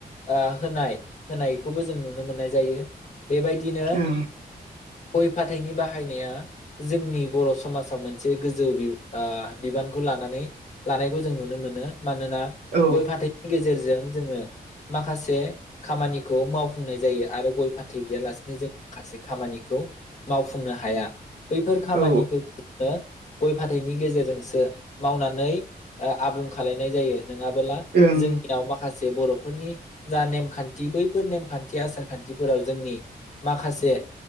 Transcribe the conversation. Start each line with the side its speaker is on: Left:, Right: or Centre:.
Left: आ होनाय होनायखौबो जों नुनो मोननाय जायो। बेबायदिनो
Right: ओं
Left: गय फाथैइनि बाहायनाया जोंनि बर' समाजाव मोनसे गोजौ आ बिबानखौ लानानै लानायखौ जों नुनो मोनो। मानोना
Right: औ ओं
Left: गय फाथैनि गेजेरजों जोङो माखासे खामानिखौ मावफुंनाय जायो आरो गय फाथै गैयालासिनो जों माखासे खामानिखौ मावफुं नो हाया बैफोर खामानि
Right: औ
Left: फोरखौनो गय फाथैनि गेजेरजोंसो मावनानै आबुं खालायनाय जायो। नोङाबोला
Right: ओं
Left: जोंनियाव माखा माखासे बर'फोरनि जा नेमखान्थि बैफोर नेमखान्थि आसार खान्थिफोराव जोंनि माखासे